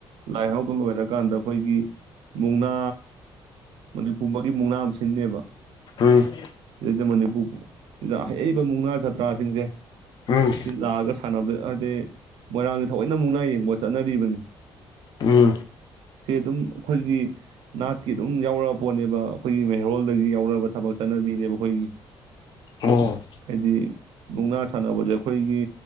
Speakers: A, on the right (about 80°); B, on the left (about 50°).
A: ꯂꯥꯏ ꯍꯔꯥꯎ ꯂꯣꯏꯔꯀꯥꯟꯗ ꯑꯩꯈꯣꯏꯒꯤ ꯃꯨꯛꯅꯥ ꯃꯅꯤꯄꯨꯝꯕꯒꯤ ꯃꯨꯛꯅꯥ ꯑꯃ ꯁꯤꯟꯅꯦꯕ
B: ꯎꯝ ꯎꯝ
A: <unintelligible> ꯃꯅꯤꯄꯨꯔ ꯁꯤꯗ ꯑꯍꯩ-ꯑꯍꯩꯕ ꯃꯨꯛꯅꯥ ꯖꯥꯇ꯭ꯔꯥꯁꯤꯡꯖꯦ
B: ꯎꯝ
A: ꯁꯤ ꯂꯥꯛꯑꯒ ꯁꯟꯅꯕ ꯍꯥꯗꯤ ꯃꯣꯏꯔꯥꯡꯒꯤ ꯊꯑꯣꯏꯅ ꯃꯨꯛꯅꯥ ꯌꯦꯡꯕ ꯆꯠꯅꯔꯤꯕꯅꯤ
B: ꯎꯝ
A: ꯁꯤ ꯑꯗꯨꯝ ꯑꯈꯣꯏꯒꯤ ꯅꯥꯠꯀꯤ ꯑꯗꯨꯝ ꯌꯥꯎꯔꯛꯕ ꯄꯣꯠꯅꯦꯕ ꯑꯈꯣꯏꯒꯤ ꯃꯩꯍꯧꯔꯣꯜꯗꯒꯤ ꯌꯥꯎꯔꯛꯑꯕ ꯊꯕꯛ ꯆꯠꯅꯕꯤꯅꯦꯕ ꯑꯈꯣꯏꯒꯤ
B: ꯑꯣ
A: ꯍꯥꯏꯗꯤ ꯃꯨꯛꯅꯥ ꯁꯥꯟꯅꯕꯖꯦ ꯑꯩꯈꯣꯏꯒꯤ